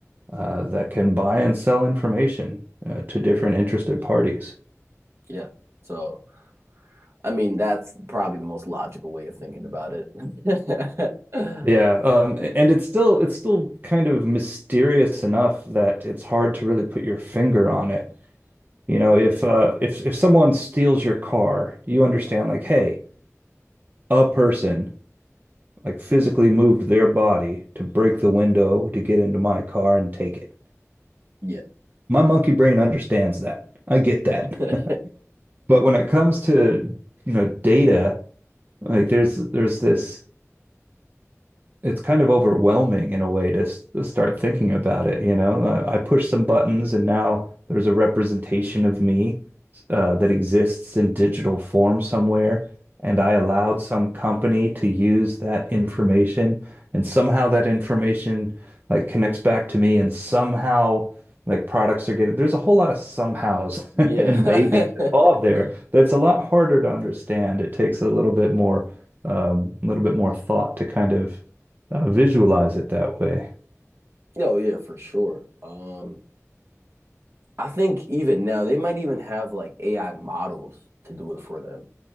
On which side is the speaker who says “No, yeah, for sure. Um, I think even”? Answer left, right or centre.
Right